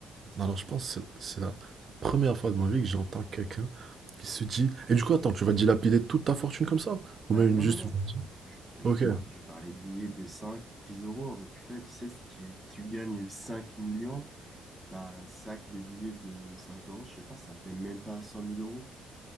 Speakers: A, on the right; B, in the centre.
A: Alors, je pense que c'est c'est la la première fois de ma vie que j'entends quelqu'un qui se dit «Et du coup, attends, tu vas dilapider toute ta fortune comme ça?» Ou
B: Bah
A: même
B: non,
A: une- juste
B: non, non.
A: une...
B: Je, je,
A: Ok,
B: par- je parlais de billets de 5 10 euros. Bah, tu fais, tu sais, si tu, tu gagnes 5 millions, bah, un sac de billets de 5 euros, je sais pas, ça fait même pas cent mille euros.